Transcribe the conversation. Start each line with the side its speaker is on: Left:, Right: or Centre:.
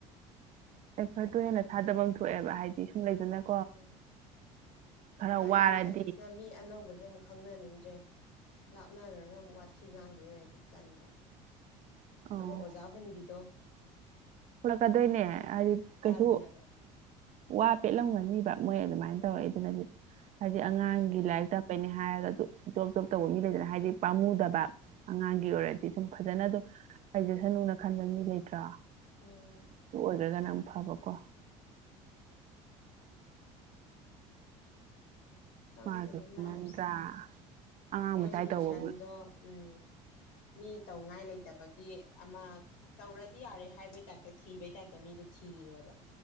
Right: ꯑꯦꯐꯔꯠꯇꯣ
Left: ꯍꯥꯏꯔꯛꯑꯣ
Right: ꯍꯦꯟꯅ ꯊꯥꯗꯕꯥꯝ ꯊꯣꯛꯑꯦꯕ ꯍꯥꯏꯗꯤ ꯁꯨꯝ ꯂꯩꯗꯅ
Left: ꯎꯝ ꯑꯗꯣ
Right: ꯋꯥꯔꯗꯤ
Left: ꯑꯩꯅ ꯑꯃꯨꯛ ꯇꯜꯂꯤꯁꯤꯅ ꯃꯤ ꯑꯅꯧꯕꯁꯦ ꯑꯃꯨꯛ ꯈꯪꯅꯅꯤꯡꯗ꯭ꯔꯦ ꯂꯥꯞꯅꯈ꯭ꯔꯒ ꯑꯃꯨꯛ ꯋꯥꯊꯤ ꯉꯥꯡꯗꯣꯏ ꯑꯣꯏꯔꯗꯤ ꯇꯟꯕ
Right: ꯑꯧ
Left: ꯑꯃ ꯑꯣꯖꯥ ꯍꯨꯟꯕꯤꯗꯣ
Right: ꯍꯨꯜꯂꯛꯀꯗꯣꯏꯅꯦ ꯍꯥꯏꯗꯤ
Left: ꯇꯜꯂꯦꯕ
Right: ꯀꯩꯁꯨ ꯋꯥ ꯄꯦꯠꯂꯝꯒꯅꯤꯕ ꯃꯣꯏ ꯑꯗꯨꯃꯥꯏꯅ
Left: ꯎꯝ
Right: ꯇꯧꯔꯛꯏ ꯗꯨꯅꯗꯤ ꯍꯥꯏꯗꯤ ꯑꯉꯥꯡꯒꯤ
Left: ꯎꯝ
Right: ꯂꯥꯏꯔꯤꯛ ꯇꯣꯏꯅꯤ ꯍꯥꯏꯔꯒꯁꯨ ꯖꯣꯕ ꯖꯣꯕ ꯇꯧꯕ ꯃꯤ ꯂꯩꯗꯅ ꯍꯥꯏꯗꯤ ꯄꯥꯝꯃꯨꯗꯕ ꯑꯉꯥꯡꯒꯤ ꯑꯣꯏꯔꯗꯤ ꯑꯗꯨꯝ ꯐꯖꯅ ꯑꯗꯨꯝ ꯂꯩꯖꯁꯥꯅꯨꯅ ꯈꯟꯕ ꯃꯤ ꯂꯩꯇ꯭ꯔꯥ
Left: ꯎꯝ
Right: ꯑꯗꯨꯨ ꯑꯣꯏꯈ꯭ꯔꯒꯅ ꯑꯃꯨꯛ ꯐꯕꯀꯣ
Left: ꯈꯇꯪ
Right: ꯃꯥꯁꯨ
Left: ꯌꯦꯉꯒꯥ ꯂꯥꯏꯐꯁꯦ
Right: ꯅꯠꯇ꯭ꯔꯥ ꯑꯉꯥꯡ
Left: ꯃꯣꯏꯁꯨ
Right: ꯃꯆꯥꯏ ꯇꯧꯕꯕꯨ
Left: ꯇꯨꯏꯁꯟꯗꯣ ꯎꯝ ꯃꯤ ꯇꯧꯉꯥꯏ ꯂꯩꯇꯕꯒꯤ ꯑꯃ ꯇꯧꯔꯗꯤ ꯌꯥꯔꯦ ꯍꯥꯏꯕꯩ ꯇꯥꯏꯞꯇ ꯊꯤꯕꯩ ꯇꯥꯏꯞꯇ ꯃꯤꯗꯨ ꯊꯤꯔꯦꯕ